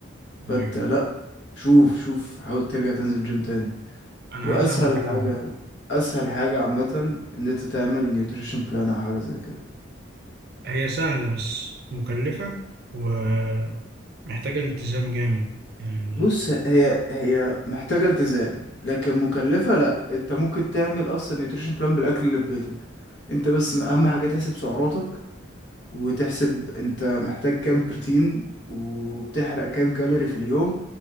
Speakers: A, on the left; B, on the right.
A: فانت
B: ايوه
A: لا شوف شوف حاول ترجع تنزل جيم تاني
B: انا
A: واسهل
B: عايز اعمل كده
A: حاجة اسهل حاجة عامة ان انت تعمل نيوتريشن بلان او حاجة زي كده
B: هي سهله بس مكلفه ومحتاجه التزام جامد يعني
A: بص هي هي محتاجة التزام لكن مكلفة لا انت ممكن تعمل اصلا نيوتريشن بلان بالاكل اللي في بيتك انت بس اهم حاجة تحسب سعراتك وتحسب انت محتاج كام بروتين وبتحرق كام كالوري في اليوم